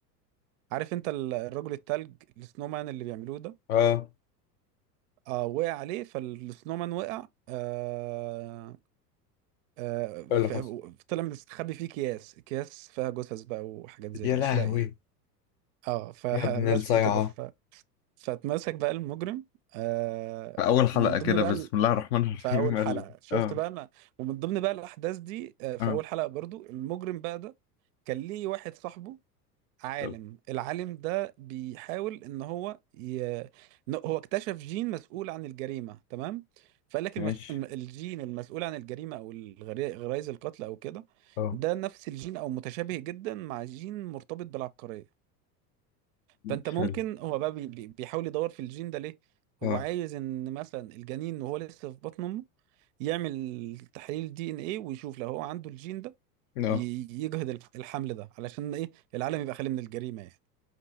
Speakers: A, on the right; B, on the left.
A: عارف انت ال- الرجل التلج السنومان اللي بيعملوه ده
B: اه
A: آه وقع عليه فالسنومان وقع آه آه ف-
B: ايه اللي حصل؟
A: طلع مستخبي فيه اكياس اكياس فيها جثث بقى وحاجات زي
B: يا
A: كده
B: لهوي
A: اشلاء يعني اه فبس
B: يا ابن الصيعة
A: <laughs> كده ف... فاتمسك بقى المجرم آه
B: في اول حلقة
A: من ضمن
B: كده
A: بقى
B: بسم الله الرحمن الرحيم
A: في اول
B: ال-
A: حلقه شفت
B: اه
A: بقى انا ومن ضمن بقى الاحداث دي آه، في
B: اه
A: اول حلقه برضو المجرم بقى ده كان ليه واحد صاحبه عالم
B: طب
A: العالم ده بيحاول ان هو ي... إن هو اكتشف جين مسؤول عن الجريمه تمام فقال لك
B: ماشي
A: المش... الم- الجين المسؤول عن الجريمه او الغري... غرائز القتل او كده
B: اه
A: ده نفس الجين او متشابه جدا مع جين مرتبط بالعبقريه فانت
B: حلو
A: ممكن هو بقى بي- بي- بيحاول يدور في الجين ده ليه
B: اه
A: هو عايز ان مثلا الجنين وهو لسه في بطن امه يعمل تحليل دي ان ايه ويشوف لو هو عنده الجين ده
B: اه
A: ي- يجهض الح- الحمل ده علشان ايه العالم يبقى خالي من الجريمة يعني